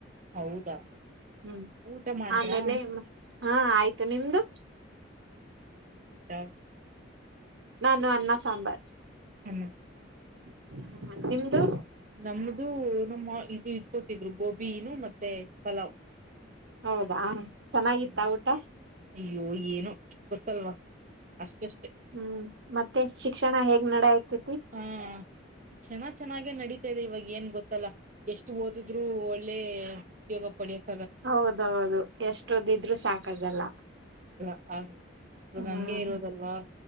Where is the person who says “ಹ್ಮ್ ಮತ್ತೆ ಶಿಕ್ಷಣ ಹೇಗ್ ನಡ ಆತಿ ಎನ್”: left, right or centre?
Right